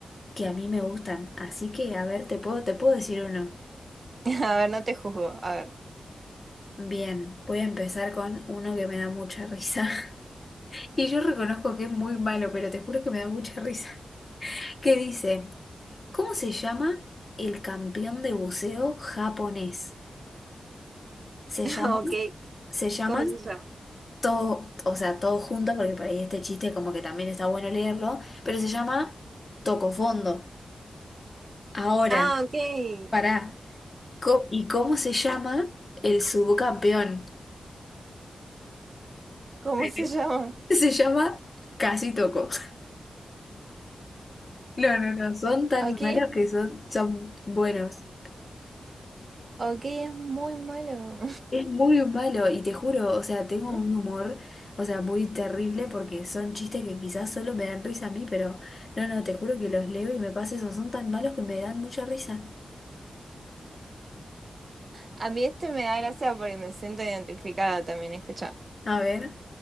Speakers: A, on the left (about 30°); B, on the right (about 35°).
A: que a mí me gustan. Así que, a ver, te puedo, te puedo decir uno.
B: <laughs> A ver, no te juzgo, a ver.
A: Bien, voy a empezar con uno que me da mucha risa. <laughs> Y yo reconozco que es muy malo, pero te juro que me da mucha risa. <laughs> ¿Qué dice? ¿Cómo se llama el campeón de buceo japonés? Se
B: <laughs>
A: llaman,
B: Ok,
A: se llaman
B: ¿cómo se llama?
A: todo, o sea, todo junto, porque por ahí este chiste como que también está bueno leerlo, pero se llama Toco Fondo. Ahora,
B: Ah, ok.
A: pará, co- ¿y cómo se llama el subcampeón?
B: ¿Cómo
A: <laughs>
B: se llama?
A: Se llama Casi Toco. <laughs> No, no, no, son tan
B: Ok,
A: malos
B: es-
A: que son, son buenos.
B: ok, es muy malo.
A: Es muy malo y te juro, o sea, tengo
B: <laughs>
A: un humor, o sea, muy terrible porque son chistes que quizás solo me dan risa a mí, pero no, no, te juro que los leo y me pasa eso, son tan malos que me dan mucha risa.
B: A mí este me da gracia porque me siento identificada también, escucha.
A: A ver,